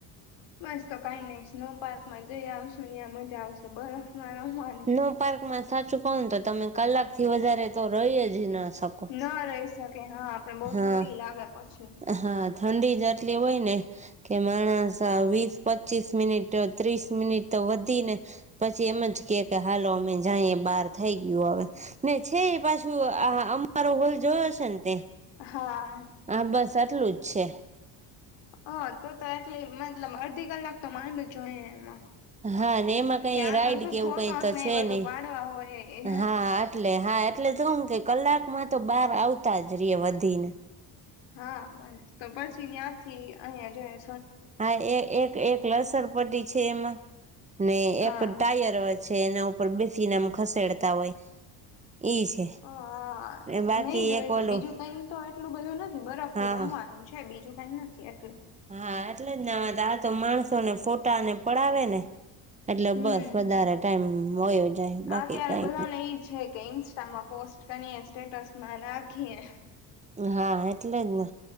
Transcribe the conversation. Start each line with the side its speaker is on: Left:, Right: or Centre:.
Left: બસ તો કઈ નહી સ્નો પાર્કમાં જઈ આવશું ત્યાં મજા આવશે બરોબર. સ્મારા પાલી
Right: સ્નો પાર્કમાં સાચું કોણ તો તમે કલાક થી વધારે તો રહી જ ના શકો
Left: ના રહી શકે હા આપડ બહુ
Right: હા
Left: ઠંડી લાગે પછી
Right: હા ઠંડી જ આટલી હોય ને કે માણસ વીસ પચીસ મિનિટ ત્રીસ મિનિટ તો વધી ને પછી એમ જ કે કે હાલો અમે જાય બહાર થઈ ગયું હવે ને છે પાછું અમારો હોલ જોયો છે ને તે
Left: હા
Right: હા બસ આટલું જ છે
Left: હ તું તો એટલી મતલબ અડધી કલાક તો માંડ જો હોય એમાં
Right: હા એમાં કઈ
Left: ક્યાં
Right: રાઈડ
Left: તો શું
Right: કેવું
Left: ફોટોસ
Right: કઈ તો
Left: ને
Right: છે
Left: એ બધું
Right: નહી
Left: પાડવા હોય એ
Right: હા એટલે હા એ એટલે તોું કે કલાકમાં તો બહાર આવતા જ ર વધીને
Left: હા બસ તો પછી ત્યાંથી અહિયાંયા જોઈ
Right: હા એક એક એક લસણ પટ્ટી છે એમાં ને
Left: હા
Right: એક ટાયર છે એના ઉપર બેસીી નામ ખસેડતા હોય ઈ છે
Left: હ હા
Right: બાકી
Left: નહી જોય
Right: એક ઓલું
Left: તું બીજું કઈ તો એટલું બધું નથી બરફ
Right: હા
Left: થી રમવાનું છે બીજું કઈ નથી એટલું
Right: હા એટલે જ ના આ તો માણસોને ફોટાને પડાવે ને એટલે
Left: હમ
Right: બસ વધારે ટાઈમ હોયો જાય બાકી
Left: અત્યારે
Right: કઈ
Left: બધાને એજ છે કે ઇન્સ્ટામાં પોસ્ટ કરી સ્ટેટસ માં રાખી
Right: હા એટલે જ ને